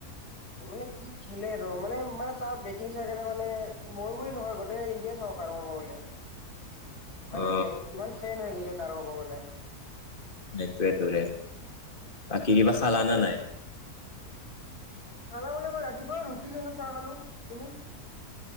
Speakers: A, on the left (about 85°); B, on the left (about 35°).
A: মানে কি খেলে ৰ মানে মানে তাৰ বেটিং চাই কাৰণে মানে মই বুলি নহয় গোটেই ইণ্ডিয়া চাওঁক। কব গ'লে মানে
B: অ
A: কিমান ফেন হৈ গৈছে তাৰ ক'ব গ'লে।
B: সেইটোয়ে তোৰে বাকী কিবা
A: মানে
B: খালা
A: মোৰ
B: না নাই?
A: খালা মানে মই ৰাতিপুৱা ৰুটি খালো চাহ খালো তুমি?